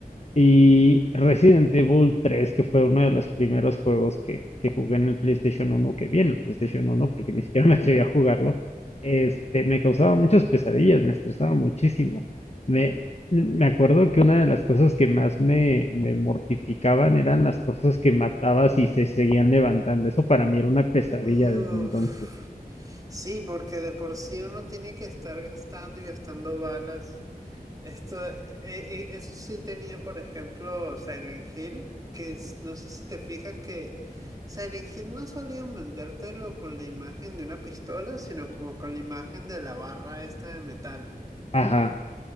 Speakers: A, on the left; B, on the right.
A: Y Resident Evil tres que fue uno de los primeros juegos que, que jugué en el PlayStation uno que vi en el PlayStation uno porque ni siquiera me atreví a jugarlo, este, me causaba muchas pesadillas, me estresaba muchísimo. Me, me acuerdo que una de las cosas que más me, me mortificaban eran las cosas que matabas y se seguían levantando. Eso para mí era una pesadilla
B: Uf.
A: desde entonces.
B: Sí, porque de por sí uno tiene que estar gastando y gastando balas. Esto, eh, eh, eso sí tenía, por ejemplo, Silent Hill, que es- no sé si te fijas que Silent Hill no solían vendértelo con la imagen de una pistola, sino como con la imagen de la barra esta de metal.
A: Ajá,